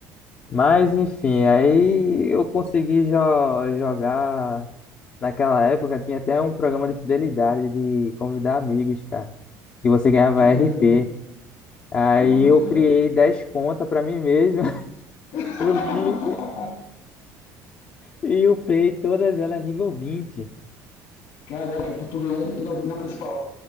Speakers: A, on the left (about 30°); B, on the left (about 80°).
A: Mas enfim, aí eu consegui jo jogar. Naquela época tinha até um programa de fidelidade de convidar amigos, cara. E você ganhava
B: Que
A: RP.
B: maneiro!
A: Aí
B: Que maneiro!
A: eu criei 10 contas pra mim mesmo, <laughs>
B: <laughs>
A: o link, e upei todas elas nível vinte
B: Caraca, pra tu ganhar hipnose na principal.